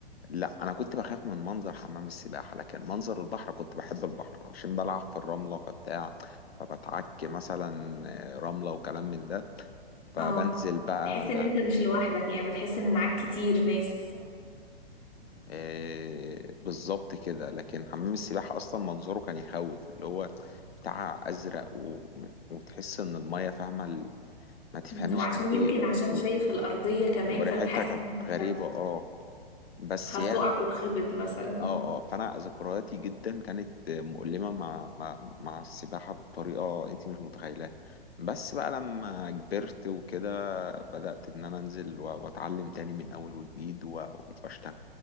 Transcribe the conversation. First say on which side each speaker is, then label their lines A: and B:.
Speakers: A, on the left (about 75°); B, on the left (about 15°).
A: لا انا كنت بخاف من منظر حمام السباحه لكن منظر البحر كنت بحب البحر عشان بلعب في الرمله فبتاع فبتعك مثلا رمله وكلام من ده فبنزل
B: اه
A: بقى
B: بتحس ان انت مش لوحدك يعني بتحس ان معاك كتير ناس
A: آه، بالظبط كده لكن حمام السباحة أصلا منظره كان يخوف اللي هو بتاع أزرق و... وتحس إن المية فاهمة ال- ما تفهميش
B: مم. وعشان
A: كانت
B: يمكن
A: إيه و...
B: عشان
A: و...
B: شايف الأرضية كمان
A: وريحتها
B: فانت حاسس
A: كانت
B: ان
A: غريبة
B: انت
A: أه بس
B: هتقع
A: يعني
B: تتخبط مثلا
A: أه أه فأنا ذكرياتي جدا كانت مؤلمة مع مع, مع السباحة بطريقة أنت مش متخيلاها بس بقى لما كبرت وكده بدأت إن أنا أنزل و- وأتعلم تاني من أول وجديد و- وأشتغل